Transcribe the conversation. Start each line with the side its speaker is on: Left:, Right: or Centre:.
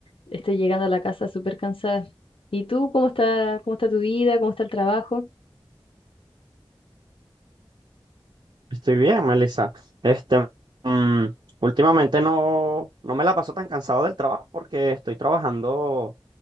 Left: Estoy llegando a la casa súper cansada. ¿Y tú cómo está, cómo está tu vida? ¿Cómo está el trabajo?
Right: Estoy bien, Melissa. Este, mm, últimamente no, no me la paso tan cansado del trabajo porque estoy trabajando